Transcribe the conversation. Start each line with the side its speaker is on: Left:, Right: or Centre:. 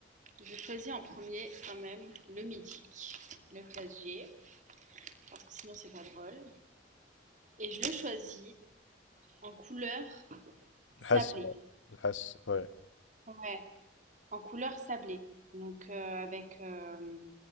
Right: Je choisis en premier quand même le mythique, le classier, parce que sinon c'est pas drôle. Et je le choisis en couleur sablée.
Left: Le Hesse, ouais. Le Hesse, ouais.
Right: Ouais, en couleur sablée. Donc euh, avec, euh,